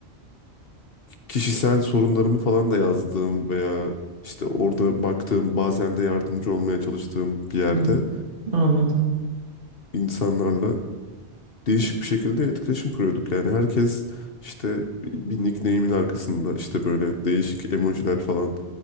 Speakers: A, on the left (about 60°); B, on the right (about 55°).
A: kişisel sorunlarımı falan da yazdığım veya işte orada
B: Hmm.
A: baktığım bazen de yardımcı olmaya çalıştığım bir yerde
B: Hı hı, anladım.
A: e, insanlarla değişik bir şekilde etkileşim kuruyorduk. Yani herkes işte bir nickname'in arkasında işte böyle değişik emojiler falan